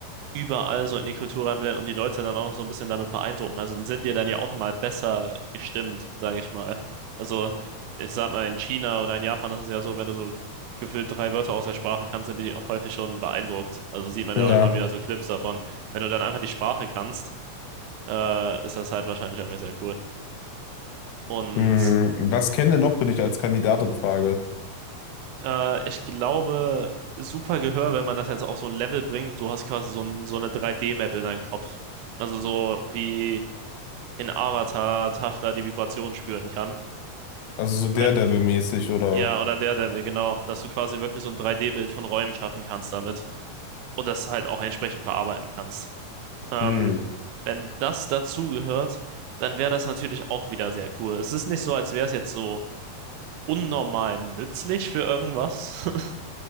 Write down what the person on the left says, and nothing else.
Ja.
Mhm. Was kennen denn noch für dich als Kandidat in Frage?
Also so Daredevil-mäßig
oder.
Mhm.